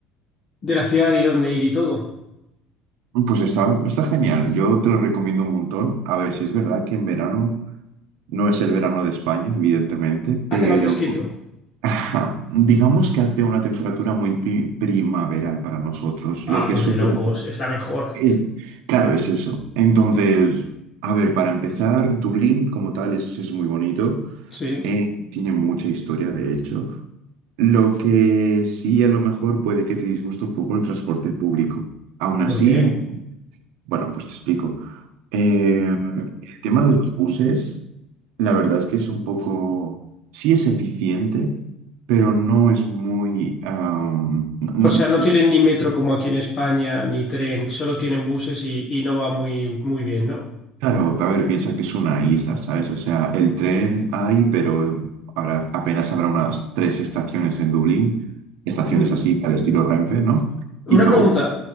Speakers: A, on the left (about 30°); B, on the right (about 85°).
A: de la ciudad y dónde ir y todo.
B: pues está, está genial. Yo te lo recomiendo un montón. A ver, si es verdad que en verano no es el verano de España, evidentemente, pero
A: ¿Hace más fresquito?
B: <laughs> ajá, digamos que hace una temperatura muy pri- primaveral para nosotros.
A: Ah,
B: Lo que
A: pues
B: es,
A: de
B: un
A: locos,
B: verano
A: es la mejor.
B: es- claro, es eso. Entonces, a ver, para empezar, Dublín como tal es es muy bonito.
A: Sí,
B: Eh, tiene mucha historia, de hecho. Lo que sí a lo mejor puede que te disguste un poco el transporte público. Aún así,
A: ¿por qué?
B: bueno, pues te explico. Eh, el tema de los buses, la verdad es que es un poco, sí es eficiente, pero no es muy, am, no- no-
A: O sea, no tienen ni metro como aquí en España, ni tren, solo tienen buses y, y no va muy, muy bien, ¿no?
B: Claro, a ver, piensa que es una isla, ¿sabes? O sea, el tren hay, pero habrá, apenas habrá unas tres estaciones en Dublín, estaciones
A: Mm,
B: así, al estilo Renfe, ¿no? Y
A: Una
B: luego,
A: pregunta,